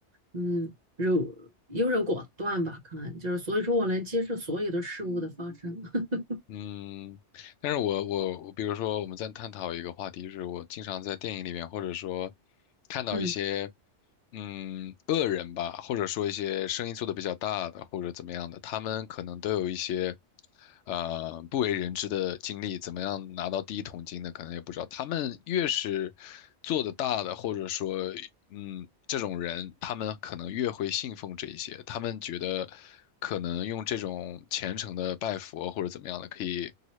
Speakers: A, on the right (about 40°); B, on the left (about 80°).
A: 嗯，柔优柔寡断吧，可能就是所以说我能接受所有的事物的发生，<laughs>
B: 嗯，但是我我我，比如说我们在探讨一个话题，就是我经常在电影里面，或者说看到一些，
A: 嗯，
B: 嗯，恶人吧，或者说一些生意做得比较大的，或者怎么样的，他们可能都有一些，呃，不为人知的经历，怎么样拿到第一桶金的，可能也不知道。他们越是做得大的，或者说，嗯，这种人，他们可能越会信奉这一些，他们觉得可能用这种虔诚的拜佛或者怎么样的，可以。